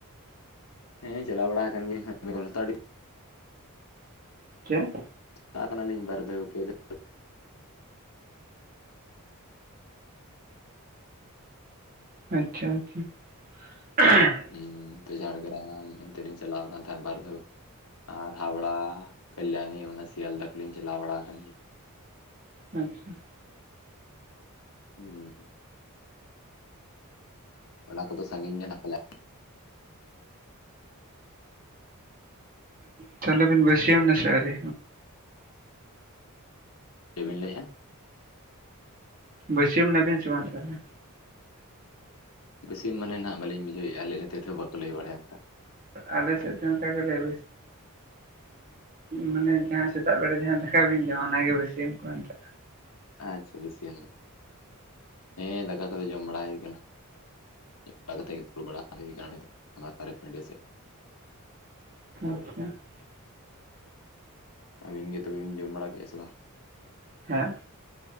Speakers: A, on the left; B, on the right.
A: ᱦᱮᱸ ᱪᱟᱞᱟᱣ ᱵᱟᱲᱟ ᱠᱟᱱ ᱜᱮᱭᱟᱞᱤᱧ <inaudible>
B: ᱪᱮᱫ?
A: <inaudible>
B: ᱟᱪᱪᱷᱟ ᱟᱪᱪᱷᱟ ᱾
A: ᱦᱮᱸ ᱚᱱᱛᱮ ᱡᱷᱟᱲᱜᱨᱟᱢ ᱚᱱᱛᱮ ᱞᱤᱧ ᱪᱟᱞᱟᱣ ᱟᱠᱟᱱᱟ ᱵᱟᱨᱫᱷᱟᱮ ᱟᱨ ᱦᱟᱣᱲᱟ ᱠᱟᱞᱞᱟᱱᱤ ᱚᱱᱟ ᱥᱮᱭᱟᱞᱫᱟ ᱠᱚᱞᱤᱧ ᱪᱟᱞᱟᱣ ᱵᱟᱲᱟᱣ ᱠᱟᱱ ᱜᱮᱭᱟ᱾
B: ᱦᱩᱸ ᱦᱩᱸ᱾
A: ᱦᱩᱸ ᱦᱩᱸ᱾ ᱚᱱᱟ ᱠᱚᱫᱚ ᱥᱟᱹᱜᱤᱧ ᱜᱮᱭᱟ ᱯᱟᱞᱮᱱ?
B: ᱛᱟᱦᱚᱞᱮ ᱵᱤᱱ ᱵᱟᱹᱥᱤᱭᱟᱹᱢ ᱱᱟ ᱥᱮ ᱟᱹᱣᱨᱤ
A: ᱪᱮᱫ ᱵᱤᱱ ᱞᱟᱹᱭᱼᱟ?
B: ᱵᱟᱹᱥᱭᱟᱹᱢ ᱱᱟᱵᱤᱱ ᱥᱮ ᱵᱟᱝ ᱛᱟᱦᱚᱞᱮ?
A: ᱵᱟᱹᱥᱤᱭᱟᱹᱢ ᱢᱟᱱᱮ ᱱᱟᱦᱟᱜ ᱵᱟᱹᱞᱤᱧ ᱵᱩᱡᱟᱹᱣᱮᱫᱼᱟ ᱟᱞᱮ <inaudible> ᱚᱱᱠᱟ
B: ᱟᱞᱮ ᱥᱮᱫ ᱫᱚ ᱚᱱᱠᱟ ᱜᱮᱞᱮ <inaudible> ᱢᱟᱱᱮ ᱡᱟᱦᱟᱸ ᱥᱮᱛᱟᱜ ᱵᱮᱲᱟ ᱡᱟᱦᱟᱸ ᱫᱟᱠᱟ ᱵᱤᱱ ᱡᱚᱢᱟ ᱚᱱᱟᱜᱮ ᱵᱟᱹᱥᱭᱟᱹᱢ ᱠᱚ ᱢᱮᱛᱟᱜᱼᱟ᱾
A: ᱟᱪᱪᱷᱟ ᱵᱟᱹᱥᱭᱟᱹᱢ ᱦᱮᱸ ᱫᱟᱠᱟ ᱠᱚᱫᱚ ᱡᱚᱢ ᱵᱟᱲᱟ ᱦᱩᱭ ᱟᱠᱟᱱᱟ᱾ ᱡᱚᱢ ᱵᱟᱲᱟ ᱠᱟᱛᱮ ᱜᱮ ᱫᱩᱲᱩᱵ ᱵᱟᱲᱟ ᱦᱩᱭ ᱟᱠᱟᱱᱟ <inaudible> ᱥᱮᱫ
B: <unintelligible>
A: ᱟᱵᱤᱱ ᱜᱮ ᱛᱚᱵᱮ ᱵᱤᱱ ᱡᱚᱢ ᱵᱟᱲᱟ ᱠᱮᱜᱼᱟ ᱥᱮ ᱵᱟᱝ
B: ᱦᱮᱸ